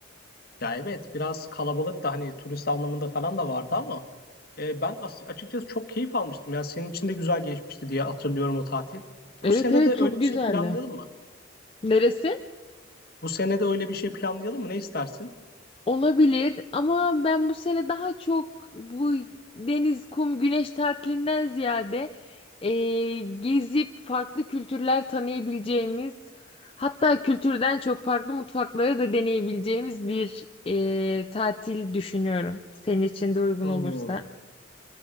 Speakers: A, on the left (about 50°); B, on the left (about 30°).
A: Ya evet biraz kalabalık da hani turist anlamında falan da vardı ama e, ben as- açıkçası çok keyif almıştım. Ya senin için de güzel geçmişti diye hatırlıyorum o tatil.
B: Evet
A: Bu sene
B: evet
A: de
B: çok
A: öyle bir
B: güzeldi.
A: şey planlayalım mı?
B: Neresi?
A: Bu sene de öyle bir şey planlayalım mı? Ne istersin?
B: Olabilir ama ben bu sene daha çok bu deniz, kum, güneş tatilinden ziyade eee, gezip farklı kültürler tanıyabileceğimiz hatta kültürden çok farklı mutfakları da deneyebileceğimiz bir eee, tatil düşünüyorum. Senin için de uygun
A: Hmm.
B: olursa.